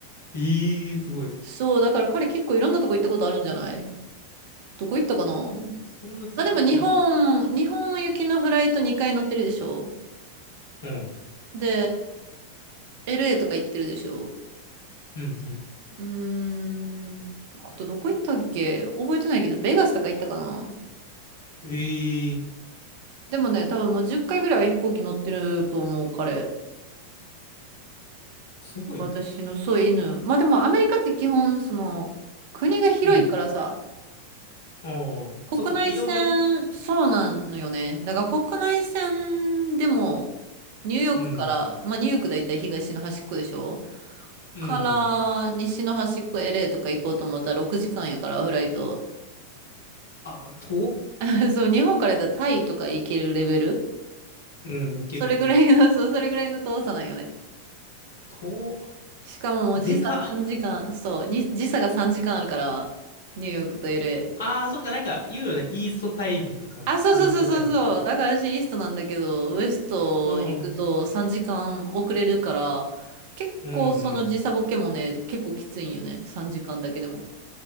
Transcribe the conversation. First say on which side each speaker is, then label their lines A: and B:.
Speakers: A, on the left; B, on the right.
A: ええー、すごい。
B: そう、だから彼結構いろんなとこ行ったことあるんじゃないどこ行ったかな
A: そんな連れていくんや。
B: まあでも日本、日本行きのフライト2回乗ってるでしょ
A: うん。
B: で、LA とか行ってるでしょ
A: うん、
B: うーん。あとどこ行ったっけ覚えてないけど、ベガスとか行ったかな
A: うん。ええー、
B: でもね、多分もう10回ぐらいは飛行機乗ってると思う、彼。
A: すごいな。
B: 私の、そう、犬。まあでもアメリカって基本、その、国が広いからさ、
A: うん。ああ、
B: 国内線、
A: そっか、移動がね。
B: そうなのよね。だから国内線でも、ニューヨークから、
A: うん。
B: まあニューヨークだいたい東の端っこでしょ
A: うん、
B: から西の端っこ
A: うん。
B: LA とか行こうと思ったら6時間やから、フライト。
A: ああ、遠。
B: <laughs> そう、日本からやったらタイとか行けるレベル
A: うん、いけるね。
B: それぐらいの、そう、それぐらいの遠さなんよね。
A: 遠。
B: しかももう時差3時間、
A: でか。
B: そう、に時差が3時間あるから、ニューヨークと LA。
A: ああ、そっか、なんか言うよね。イーストタイムとか、
B: あ、そうそうそうそうそう。
A: ウエストタイムとか。
B: だから私イーストなんだけど、ウエスト行くと3時間遅れるから、
A: ああ、
B: 結構その時差ボケもね、
A: うんうん。
B: 結構きついんよね。3時間だけでも。